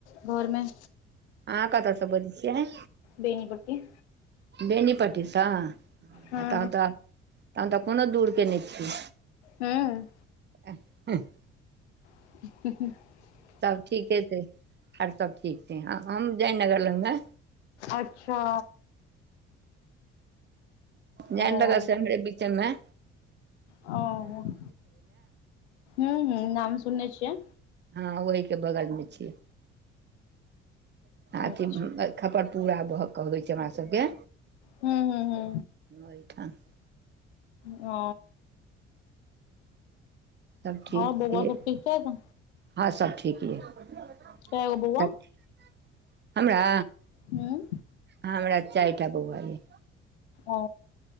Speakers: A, on the left (about 75°); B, on the right (about 30°).
A: घर मे
B: अहाँ कतऽ से बजै छियै
A: बेनिपट्टी
B: बेनीपट्टी स
A: हँ
B: आ तहन तऽ तहन तऽ कोनो दूर के नहि छी
A: हूंम्म
B: आ <inaudible>
A: <unintelligible>
B: सब ठीके छै आर सब ठीक छैे हम जयनगर लग मे
A: अच्छा
B: जयनगर
A: ओ
B: से एम्हरे बीचे मे
A: ओ हूंम्म हूंम्म नाम सुनने छियै
B: हँ ओहि के बगल मे छियै अथी
A: अच्छा
B: खपरपुरा भऽ कहबै छै हमरा सभ के
A: हूंम्म हूंम्म हूंम्म
B: अइ <unintelligible> ठन
A: ओ
B: सभ ठीक
A: आओर बौआ
B: छियै
A: सब ठीक छैथ
B: हँ सब ठीक ये सब
A: कै गो बौआ
B: ठीक हमरा
A: हूँ
B: हमरा चारि टा बौआ अय
A: ओ